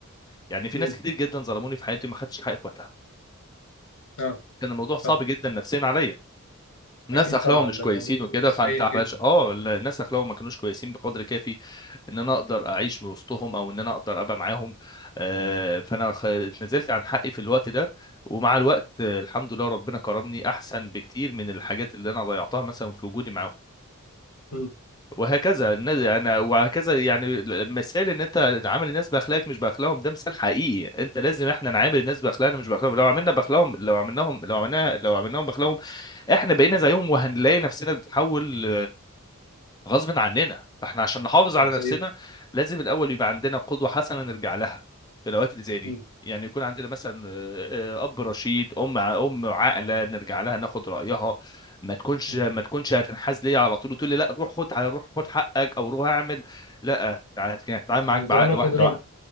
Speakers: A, on the left (about 20°); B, on the left (about 75°).
A: يعني في
B: مم.
A: ناس كتير جدا ظلموني في حياتي ما خدتش حقي في وقتها
B: اه
A: كان الموضوع صعب
B: فاهم
A: جدا نفسيا عليا ناس
B: اكيد
A: اخلاقهم
B: طبعا
A: مش
B: ده
A: كويسين
B: الموضوع بيكون
A: وكده
B: سيء
A: فانت
B: جدا
A: علش اه الناس اخلاقهم ما كانوش كويسين بقدر كافي ان انا اقدر اعيش وسطهم او ان انا اقدر ابقى معاهم آه،
B: مم.
A: فانا خ- نزلت عن حقي في الوقت ده ومع الوقت آه، الحمد لله ربنا كرمني احسن بكتير من الحاجات اللي انا ضيعتها مثلا في وجودي معاهم
B: مم.
A: وهكذا الناس يعني وهكذا يعني مثال ان انت عامل الناس باخلاقك مش باخلاقهم ده مثال حقيقي انت لازم احنا نعامل الناس باخلاقنا مش باخلاقهم لو عملنا باخلاقهم لو عملناهم لو عملنا لو عملناهم باخلاقهم احنا بقينا زيهم وهنلاقي نفسنا بنتحول غصب عننا فاحنا عشان نحافظ على
B: زي
A: نفسنا لازم الاول يبقى عندنا قدوه حسنه نرجع لها في الاوقات اللي زي دي
B: مم.
A: يعني يكون عندنا مثلا آه، آه، اب رشيد ام ع- ام عاقله نرجع لها ناخد رايها ما تكونش
B: مم.
A: ما تكونش هتنحاز ليا على طول وتقول لي لا روح خد روح خد حقك او روح اعمل لا تع- هتعامل
B: اللي
A: معاك بعقل
B: يضربك
A: واحده
B: اضربه
A: واحده